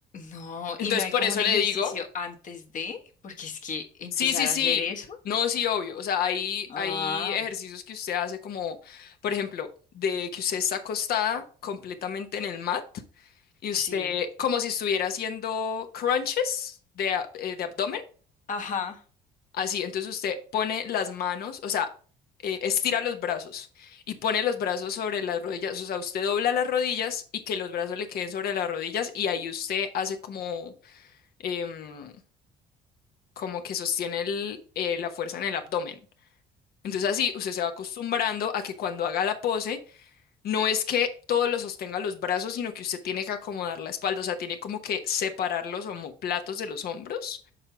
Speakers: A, on the left; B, on the left.
A: No,
B: Entonces,
A: y no hay
B: por
A: como
B: eso
A: un ejercicio
B: le digo,
A: antes de, porque es que empezar
B: sí, sí, sí,
A: a hacer eso.
B: no, sí, obvio. O sea, hay,
A: Ah,
B: hay ejercicios que usted hace como, por ejemplo, de que usted está acostada completamente en el mat y
A: sí.
B: usted, como si estuviera haciendo crunches de, ab- eh, de abdomen
A: Ajá.
B: Así, entonces usted pone las manos, o sea, eh, estira los brazos y pone los brazos sobre las rodillas, o sea, usted dobla las rodillas y que los brazos le queden sobre las rodillas y ahí usted hace como, em, como que sostiene el, eh, la fuerza en el abdomen. Entonces así usted se va acostumbrando a que cuando haga la pose, no es que todo lo sostenga los brazos, sino que usted tiene que acomodar la espalda, o sea, tiene como que separar los omóplatos de los hombros